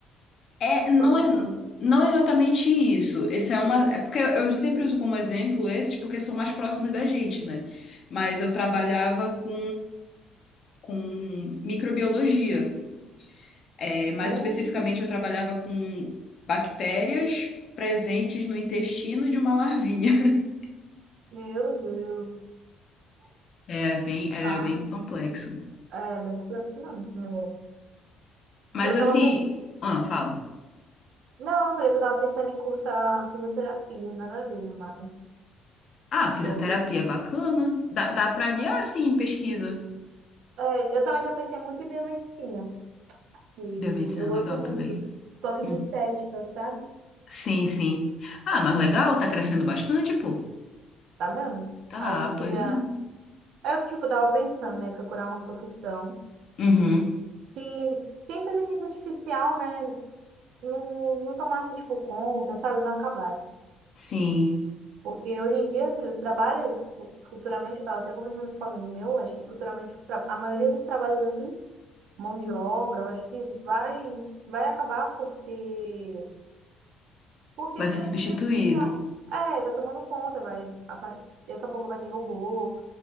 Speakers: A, on the left; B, on the right.
A: É, não,
B: Ou tipo,
A: ex- não é exatamente isso. Esse é uma, é porque eu sempre uso como exemplo esses porque são mais próximos da gente, né? Mas eu trabalhava com, com microbiologia. É, mais
B: hum,
A: especificamente, eu trabalhava com bactérias presentes no intestino de uma larvinha. <laughs>
B: meu Deus.
A: Era bem, era
B: Ah,
A: bem complexo.
B: é bem complexo não, esse negócio.
A: Mas
B: Eu
A: assim,
B: tava pensando.
A: ah, fala.
B: Não, eu falei que eu tava pensando em cursar fisioterapia, nada a ver, né, mas
A: Ah, fisioterapia
B: sobre.
A: bacana. Dá, dá pra aliar, sim, pesquisa.
B: É, eu também já pensei muito em biomedicina, que
A: Biomedicina
B: eu gosto
A: é legal
B: muito.
A: também.
B: Toque
A: Hum.
B: de estética, sabe?
A: Sim, sim. Ah, mas legal, tá crescendo bastante, pô.
B: Tá mesmo?
A: Tá,
B: Aí eu queria.
A: pois é.
B: Aí eu, tipo, tava pensando, né, procurar uma profissão
A: Uhum.
B: que tem inteligência artificial, né? não, não tomasse, tipo, conta, sabe? Não acabasse.
A: Sim.
B: Porque hoje em dia, filho, os trabalhos, fu- futuramente, eu tava até conversando isso com um amigo meu, acho que futuramente os tra- a maioria dos trabalhos, assim, mão de obra, eu acho que vai, vai acabar porque, porque
A: Vai
B: a inteligência
A: ser substituído.
B: artificial, é, tá tomando conta, vai, a par- daqui a pouco vai ter robô